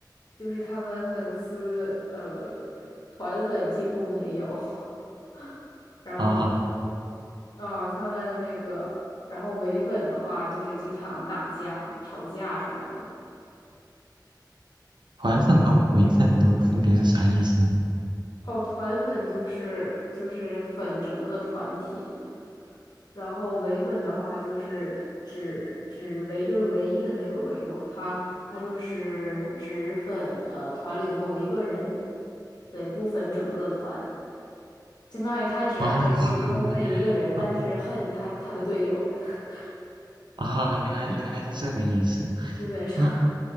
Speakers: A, on the left; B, on the right.
A: 就是他们粉丝呃，团粉几乎没有，<laughs> 然后
B: 好好，
A: 啊，他们那个，然后唯粉的话就是经常打架、吵架什么的。
B: 团粉和伪粉都分别是啥意思呢？
A: 哦，团粉就是就是粉整个团体的。然后唯粉的话就是只只唯就是唯一的那个唯嘛，他他就是只粉呃团里的某一个人，对，不粉整个团，相当于他只爱其中那一个人，
B: 哦，<laughs> 原来，
A: 但是恨他他的队友们，
B: 啊
A: <laughs>
B: 啊，原来原来是这个意思。
A: 基本上
B: 那